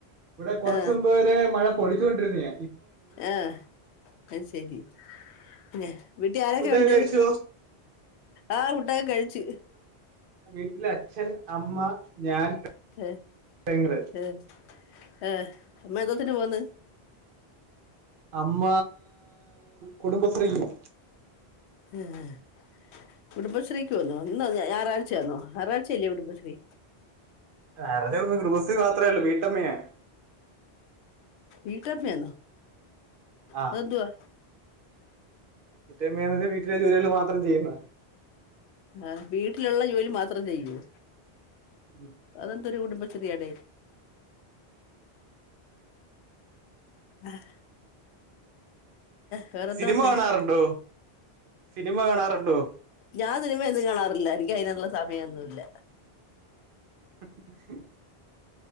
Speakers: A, on the right (about 60°); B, on the left (about 85°).
A: ഇവിടെ കുറച്ച്
B: ആ
A: മുമ്പ് വരെ മഴ പൊടിച്ചോണ്ടിരുന്നയ
B: ആഹ് അത് ശരി പിന്നെ വീട്ടിലാരൊക്കെ
A: ഫുഡൊക്കെ
B: ഉണ്ട്
A: കഴിച്ചോ
B: ആഹ് ഫുഡോക്കെ കഴിച്ചു
A: വീട്ടില് അച്ഛൻ അമ്മ ഞാൻ
B: ഏഹ്
A: പെങ്ങള്
B: ആഹ് ഏഹ് അമ്മ എന്തോത്തിന് പോന്ന്
A: അമ്മ കുടുംബശ്രീക്ക് പോകും
B: ഉം കുടുബശ്രീക്ക് പോന്നോ ഇന്നോ ഞായറാഴ്ചയാന്നോ ഞാറാഴ്ചയല്ലേ കുടുംബശ്രീ
A: <unintelligible> കുടുംബശ്രീ മാത്രേള്ളൂ വീട്ടമ്മയാ
B: വീട്ടമ്മയാന്നൊ
A: ആ
B: അതെന്തുവാ
A: വീട്ടമ്മേന്ന് പറഞ്ഞാ വീട്ടിലെ ജോലികൾ മാത്രം ചെയ്യുന്ന
B: ആഹ് വീട്ടിലുള്ള ജോലി മാത്രം ചെയ്യുവോ
A: ഉം
B: അതെന്തൊരു കുടുംബശ്രീയാടേ ആഹ് വേറെന്തോണ്ട്
A: സിനിമ കാണാറുണ്ടോ സിനിമ കാണാറുണ്ടോ
B: ഞാൻ സിനിമയൊന്നും കാണാറില്ല എനിക്ക് അയിനൊള്ള സമയൊന്നുല്ല
A: <inaudible>